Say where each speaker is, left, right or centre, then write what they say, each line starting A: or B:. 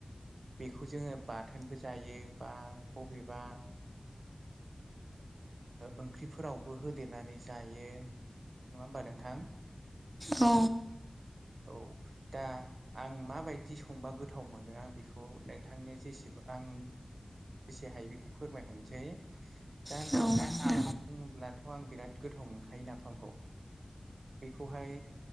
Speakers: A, on the right; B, on the right.
A: बेखौ जोङो बाथोनबो जायो बा बबेबा ओंख्रिफोरावबो होदेरनानै जायो नङा होमबा नोंथां
B: औ
A: औ दा आं माबायदि संबा गोथाव मोनो आं बेखौ नोंथांनो जेसेबां आं बेसे हायो बेखौ फोरमायहरनोसै दा
B: औ
A: नाफाम
B: नोंथां।
A: होननानै बुङोब्लाथ' आं बिराद गोथाव मोनखायो नाफामखौ बेखौहाय